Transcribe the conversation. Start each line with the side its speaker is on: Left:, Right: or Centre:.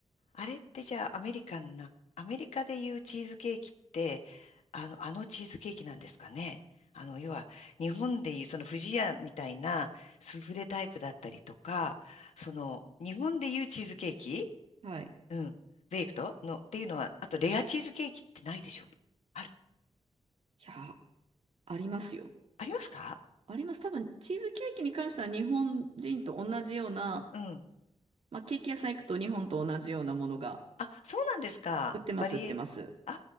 Left: あれってじゃあアメリカンな、アメリカでいうチーズケーキって、あの、あのチーズケーキなんですかね。あの、要は、日本でいうその不二家みたいなスフレタイプだったりとか、その、日本でいうチーズケーキ
Right: はい。い
Left: うん。ベイクトのっていうのは、あとレアチーズケーキってないでしょある
Right: や、ありますよ。
Left: ありますか
Right: あります。多分、チーズケーキに関しては日本人と同じような、
Left: うん。
Right: まあ、ケーキ屋さん行くと日本と同じようなものが
Left: あ、そうなんですか。
Right: 売ってます、
Left: バリエ。
Right: 売ってます。
Left: あ